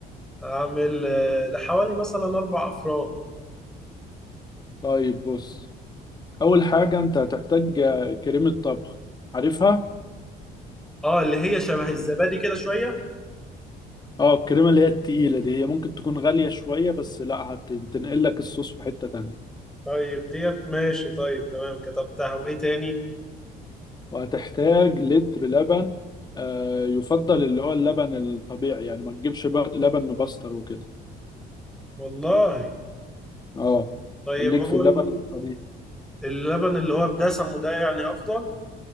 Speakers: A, in the centre; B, on the left (about 25°).
A: هعمل آه، لحوالي مثلا اربع افراد
B: طيب بص أول حاجة انت هتحتاج كريمة طبخ عارفها
A: اه اللي هي شبه الزبادي كده شوية
B: اه الكريمة اللي هي التقيلة دي هي ممكن تكون غالية شوية بس لا هتنقل لك الصوص في حتة تانية
A: طيب ديت ماشي طيب تمام كتبتها وايه تاني
B: وهتحتاج لتر لبن آه يفضل اللي هو اللبن الطبيعي يعني ما تجيبش بقى لبن مبستر وكده
A: والله
B: اه
A: طيب
B: خليك
A: هو
B: في اللبن
A: ال-
B: الطبيعي
A: اللبن اللي هو بدسمه ده يعني افضل